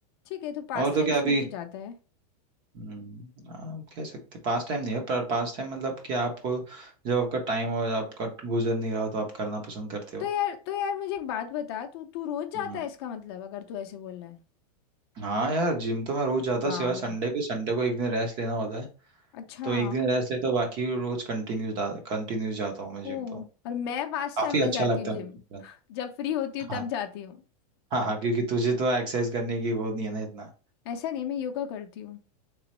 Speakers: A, on the left; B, on the right.
A: ठीक है तो पास
B: और तो
A: टाइम्स
B: क्या अभी
A: में तू जाता है
B: हम्म, आप कह सकते पास टाइम नहीं है पर पास टाइम मतलब कि आपको जब आपका टाइम और आपका गुजर नहीं रहा हो तो आप करना पसंद करते हो
A: तो यार तो यार मुझे एक बात बता तू तू रोज जाता
B: हम्म,
A: है इसका मतलब अगर तू ऐसे बोल रहा है
B: हाँ यार जिम तो मैं रोज जाता
A: वाह
B: हूँ सिवाय संडे के संडे को एक दिन रेस्ट लेना होता है
A: अच्छा
B: तो एक दिन रेस्ट लेता हूँ बाकी रोज कंटिन्यूस कंटिन्यूस जाता हूँ मैं जिम
A: ओ
B: तो
A: और मैं पास
B: काफी
A: टाइम में
B: अच्छा
A: जाती
B: लगता
A: हूँ जिम
B: है मुझे gym
A: जब फ्री होती हूँ
B: जाना।
A: तब
B: हाँ
A: जाती हूँ
B: हाँ हाँ क्योंकि तुझे तो एक्सरसाइज करने की वो नहीं है ना इतना
A: ऐसा नहीं मैं योगा करती हूँ